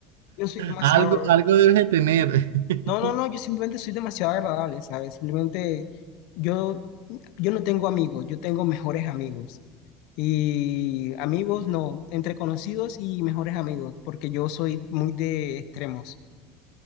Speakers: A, on the left; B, on the right.
A: Yo soy demasiado,
B: Algo, algo debes de tener. <laughs>
A: no, no, no, yo simplemente soy demasiado agradable, ¿sabes? Simplemente yo, yo no tengo amigos, yo tengo mejores amigos. Y amigos no, entre conocidos y mejores amigos, porque yo soy muy de extremos.